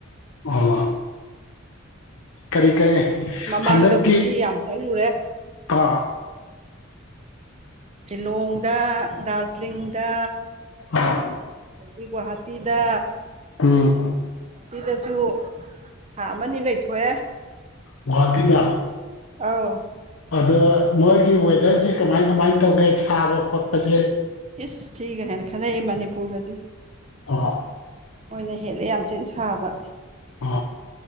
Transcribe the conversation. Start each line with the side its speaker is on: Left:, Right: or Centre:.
Left: ꯑꯣ ꯀꯔꯤ ꯀꯥꯏ
Right: ꯃꯃꯥꯡꯗꯕꯨꯗꯤ
Left: ꯍꯟꯗꯛꯀꯤ
Right: ꯌꯥꯝ ꯆꯠꯂꯨꯔꯦ
Left: ꯑ
Right: ꯁꯤꯂꯣꯡꯗ ꯗꯥꯔꯖꯤꯂꯤꯡꯗ
Left: ꯑꯥ
Right: ꯑꯗꯒꯤ ꯒꯨꯍꯥ ꯍꯇꯤꯗ
Left: ꯎꯝ
Right: ꯇꯤꯗꯁꯨ ꯊꯥ ꯑꯃ ꯂꯩꯊꯣꯛꯑꯦ
Left: ꯘꯨꯋꯥꯇꯤꯗ
Right: ꯑꯥꯎ
Left: ꯑꯗ ꯃꯣꯏꯒꯤ ꯋꯦꯗꯔꯁꯦ ꯀꯃꯥꯏ ꯀꯃꯥꯏꯅ ꯇꯧꯒꯦ ꯁꯥꯕ ꯈꯣꯠꯄꯁꯦ
Right: ꯏꯁ ꯊꯤꯒ ꯍꯥꯏ ꯈꯔ ꯑꯩ ꯃꯅꯤꯄꯨꯔꯒꯗꯤ
Left: ꯑꯥ
Right: ꯃꯣꯏꯅ ꯍꯦꯜꯂꯦ ꯌꯥꯝ ꯊꯤꯅ ꯁꯥꯕ
Left: ꯑ